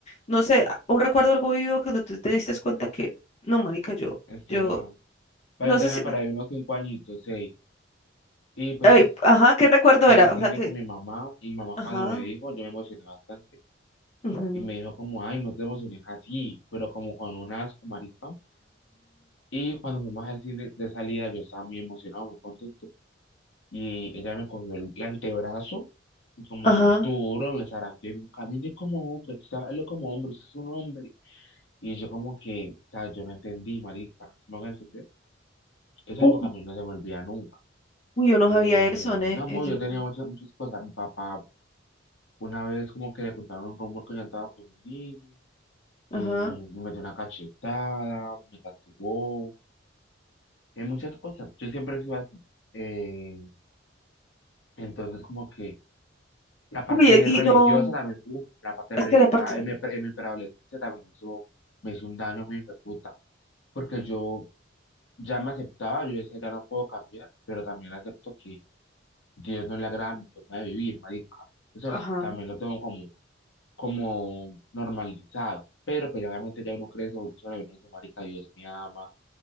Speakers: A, on the left; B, on the left.
A: no sé, a- un recuerdo algo vivo que no tú te diste cuenta que, no, marica, yo,
B: Estoy
A: yo,
B: mal. Pero
A: no
B: yo tenía
A: sé si,
B: para ahí unos cinco añitos, seis. Y pues
A: ay, ajá, ¿qué recuerdo
B: fui
A: era?
B: al cine
A: O sea, que,
B: con mi mamá. Y mi mamá
A: ajá,
B: cuando me dijo, yo me emocioné bastante.
A: ujú,
B: Y me dijo como, ay, no te emociones así. Pero como con unas, asco, marica. Y cuando fuimos al cine de salida, yo estaba muy emocionado, muy contento. Y ella me cogió el, el antebrazo y como
A: ajá,
B: duro me zarandeó y me dijo, camine como hombre, usted hable como hombre, usted es un hombre. Y yo como que, o sea, yo no entendí, marica, se me va a entender? Es algo
A: uy,
B: que a mí no se me olvida nunca.
A: uy, yo no
B: Eh,
A: sabía eso, ¿eh?
B: no, amor,
A: Eh, yo
B: yo
A: no
B: tenía
A: sabía.
B: muchas, muchas cosas. Mi papá una vez como que le contaron un rumor que yo andaba con un niño y
A: Ajá,
B: me dio una cachetada, me castigó, en muchas cosas. Yo siempre he sido así. Eh, Entonces, como que la parte
A: uy, eh, y
B: religiosa
A: no,
B: también, uf, la parte
A: es
B: religiosa
A: que la parte,
B: en mi, pre- en mi preadolescencia también hizo, me hizo un daño muy puta, porque yo ya me aceptaba, yo decía, ya no puedo cambiar, pero también acepto que Dios no le agrada mi forma de vivir, marica. Eso
A: ajá,
B: sí, también lo tengo como, como normalizado, pero pues obviamente ya uno crece, evoluciona y uno dice, marica, Dios me ama,